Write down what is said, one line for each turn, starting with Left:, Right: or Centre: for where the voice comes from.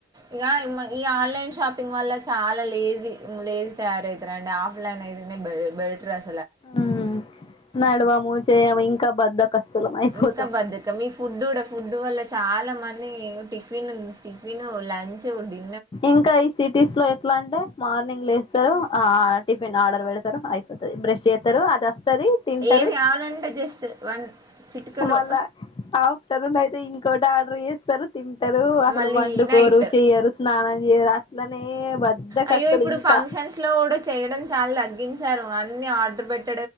Right: ఇగా ఈ ఆన్లైన్ షాపింగ్ వల్ల చాలా లేజీ లేజీ తయారైంది రండి ఆఫ్లైన్ ఐతేనే బెటర్ అండి
Left: ఉమ్ నడవము చేయము ఇంకా బద్దకస్తులం అయిపోతాం
Right: ఇంకా బద్దకం ఈ ఫుడ్ ఫుడ్ వల్ల చాలా మంది టిఫిన్ టిఫిన్ లంచ్ డి
Left: ఇంకా ఈ సిటీస్ లో ఎట్లా అంటే మార్నింగ్ లేస్తరు ఆ టిఫిన్ ఆడరు పెడతారు అయిపోతది బ్రష్ యెత్తరు అది వస్తది తింటరు
Right: ఏది కావాలంటే జస్ట్ వన్ చిటికలో
Left: మళ్ళా ఆఫ్టర్నూన్ అయితే ఇంకొటి ఆర్డర్ జేస్తరు తింటరు అసలు
Right: మళ్ళీ
Left: వండుకోరు
Right: నైట్
Left: చెయ్యరు స్నానం చేయరు అట్లనే బద్దకస్తులు
Right: అయ్యో ఇప్పుడు
Left: ఇంకా
Right: ఫంక్షన్స్ లో కూడా చేయడం చాలా తగ్గించారు అన్ని ఆర్డర్ పెట్టి